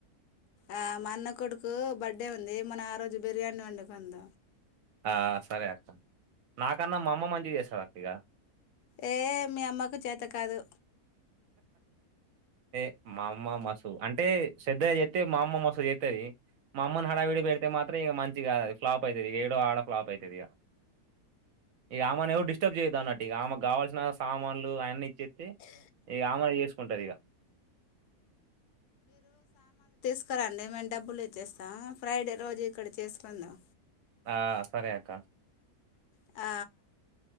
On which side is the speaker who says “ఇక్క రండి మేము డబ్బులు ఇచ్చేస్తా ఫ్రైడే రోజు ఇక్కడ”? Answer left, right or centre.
Left